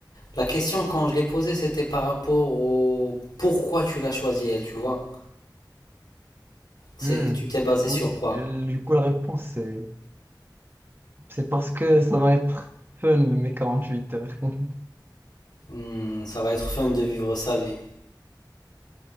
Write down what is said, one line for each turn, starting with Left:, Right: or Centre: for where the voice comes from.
Left: La question, quand je l'ai posée, c'était par rapport au pourquoi tu l'as choisi, elle, tu vois. C'est,
Right: Hmm,
Left: tu t'es basé sur
Right: Oui,
Left: quoi?
Right: euh, du coup, la réponse, c'est, c'est parce que ça va être fun, mes 48 heures. <laughs>
Left: Hmm, ça va être fun de vivre sa vie.